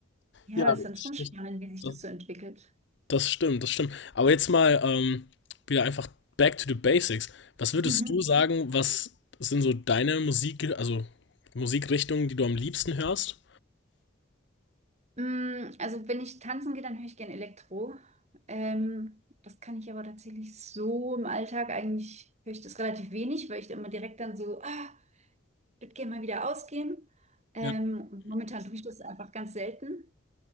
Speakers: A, on the right (about 35°); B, on the left (about 60°).
A: ja,
B: Ja,
A: das
B: das,
A: ist dann schon spannend,
B: das,
A: wie sich
B: das,
A: das so entwickelt.
B: das stimmt, das stimmt. Aber jetzt mal ähm, wieder einfach back to the basics. Was würdest
A: Mhm.
B: du sagen, was sind so deine Musik, also Musikrichtungen, die du am liebsten hörst?
A: Mm, Also wenn ich tanzen gehe, dann höre ich gern Elektro. Ähm, das kann ich aber tatsächlich so im Alltag eigentlich höre ich das relativ wenig, weil ich immer direkt dann so, ah, ich würde gerne mal wieder ausgehen. Ähm,
B: Ja.
A: und momentan tue ich das einfach ganz selten.